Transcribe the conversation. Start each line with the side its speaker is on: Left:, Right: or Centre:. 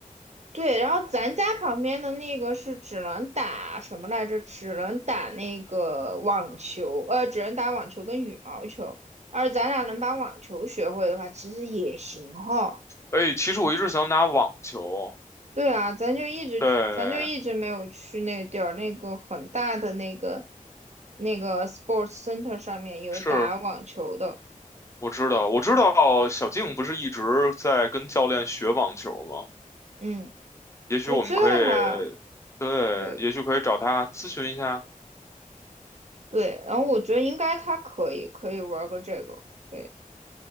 Right: 对。然后咱家旁边的那个是只能打什么来着？只能打那个网球，呃，只能打网球跟羽毛球。而咱俩能把网球学会的话，其实也行哈。
Left: 哎，其实我一直想打网球。
Right: 对啊，咱就一直，
Left: 对，
Right: 咱就一直没有去那个地儿，那个很大的那个那个 sports center 上面有打网球的。
Left: 是，我知道，我知道小静不是一直在跟教练学网球吗？
Right: 嗯，
Left: 也许我们可以，
Right: 我知道他。
Left: 对，
Right: 对。
Left: 也许可以找他咨询一下。
Right: 对，然后我觉得应该他可以可以玩个这个。对，